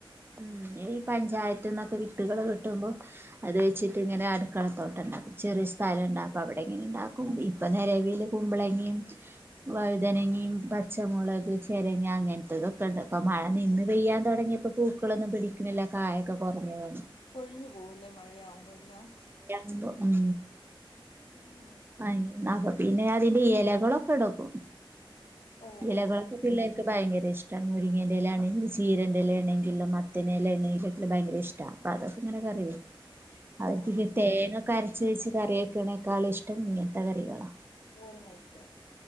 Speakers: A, on the right (about 25°); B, on the left (about 80°).
A: ഉം ഈ പഞ്ചായത്ത്ന്നൊക്കെ വിത്ത്കള് കിട്ടുമ്പോ അത് വെച്ചിട്ട് ഇങ്ങനെ അടുക്കളത്തോട്ടണ്ടാക്കും ചെറിയ സ്ഥലം ഉണ്ടാക്കും അവിടെ ഇങ്ങനെ ഉണ്ടാക്കും ഇപ്പ നിലവില് കുമ്പളങ്ങിം വഴുതന ങ്ങിം പച്ചമുളക് ചെരങ്ങ അങ്ങന് ത്തതൊക്കെ ണ്ട് പ്പം മഴ നിന്ന് പെയ്യാൻ തുടങ്ങിയപ്പം പൂക്കളൊന്നും പിടിക്ക്ണില്ല കായൊക്കെ കൊറ്ഞ്ഞ് പോന്നു
B: കൊഴിഞ്ഞു പോവുല്ലേ മഴയാവുമ്പം എല്ലാം
A: ഉണ്ട് ഉം
B: ഓ
A: <unintelligible> അപ്പൊ പിന്നെ അതിന്റെ ഇലകളൊക്കെ എടുക്കും
B: ഓ
A: ഇലകൾക്ക്
B: ഓ ഓ
A: പിള്ളേർക്ക് ഭയര ഇഷ്ടാണ് മുരിങ്ങന്റെ എലാണങ്കിൽ ചീരന്റെ എലാണെങ്കിൽ മത്തനേല എണയിലക്ക ഭയര ഇഷ്ട അപ്പൊ അതൊക്കെ ഇങ്ങനെ കറി വെക്ക് അവർക്ക്
B: ഓ
A: ത് തേങ്ങക്കെ അരച്ച് വെച്ച് കറിയക്ക്ണേക്കാളും ഇഷ്ടം ഇങ്ങനത്തെ കറികളാ
B: തോരനയ്റ്റ്